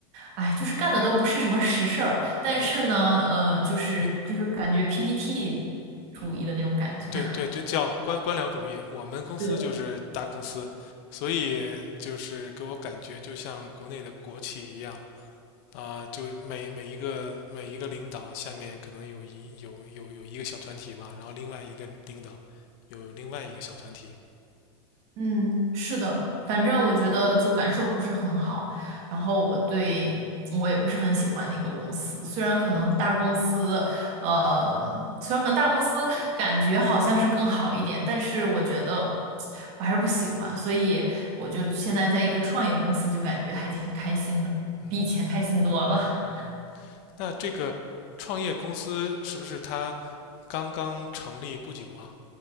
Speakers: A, on the right; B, on the left.
A: 哎，就是干的都不是什么实事儿，但是呢，
B: 哎
A: 呃，就是就是感觉
B: 哎，
A: PPT 主义的那种感觉。
B: 对对对，
A: <laughs>
B: 叫官官僚主义。我们公司就是大公司，
A: 对。
B: 所以就是给我感觉就像国内的国企一样啊、就每每一个每一个领导下面可能有一有有有一个小团体嘛，然后另外一个领导有另外一个小团体。
A: 嗯，是的，反正我觉得就感受不是很好，然后我对我也不是很喜欢那个公司，虽然可能大公司，
B: 嗯
A: 呃，虽然可能大公司感觉好像是更好一点，但是我觉得我还是不喜欢，所以我就现在在一个创业公司，
B: 嗯
A: 就感觉还挺开心的，
B: 嗯
A: 比以前开心多了。
B: 嗯，那这个创业公司是不是它刚刚成立不久啊？